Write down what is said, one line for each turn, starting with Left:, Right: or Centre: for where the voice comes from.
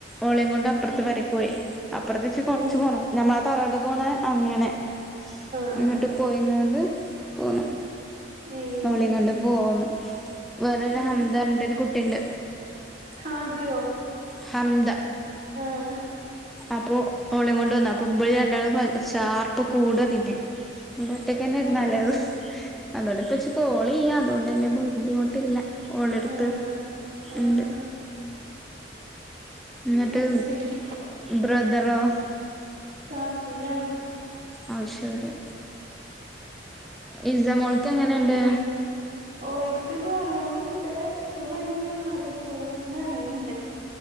Centre: ഓളെങ്ങോണ്ടപ്പർത്തെ
Right: ഉം
Centre: പെരേക്കോയി അപ്പർത്ത്ച്ച കൊർച്ച്പോണം.
Right: ഉം
Centre: ഞമ്മ തറവാട്ട്ക്കോണെ അങ്ങനെ.
Right: ആഹ്
Centre: ഇന്ന്ട്ട് പോയിങ്ങാണ്ട് പോന്നു.
Right: ഏഹ്
Centre: അവളേംകൊണ്ട് പോന്നു വേറെര്
Right: ഉം
Centre: ഹംദറഞ്ഞ്ട്ടൊര് കുട്ടിണ്ട്.
Right: ഹാദ്യോ?
Centre: ഹംദ.
Right: ആഹ്
Centre: അപ്പോ ഓളേംകൊണ്ടന്നു. അപ്പോ ഇബല് രണ്ടാളും ച്ചാർപ്പ് കൂട്ഹാ പിന്നെ. ഇവടൊറ്റയ്ക്കന്നേര്ന്നല്ലത്.
Right: ഉം
Centre: അതോണ്ട്പ്പൊച്ച് കോളെയ്യ. അതോണ്ടല്ല്യെ ബുദ്ധിമുട്ട്ല്ല ഓളെട്ത്ത്.
Right: ആഹ് ആഹ്
Centre: ഇണ്ട്.
Right: ആഹ്
Centre: എന്ന്ട്ട്
Right: അത് ശരി
Centre: ബ്രദറോ?
Right: കാപ്പിലോ?
Centre: അഹ് ശെരി. ഇസമോൾക്കെങ്ങനെണ്ട്?
Right: അങ്ങനെ ഓൾക്ക് കൊറവ്ണ്ട് ഇപ്പൊ പനി മാറീക്ക്ണൂന്ന് പറയ്ണ്ട്.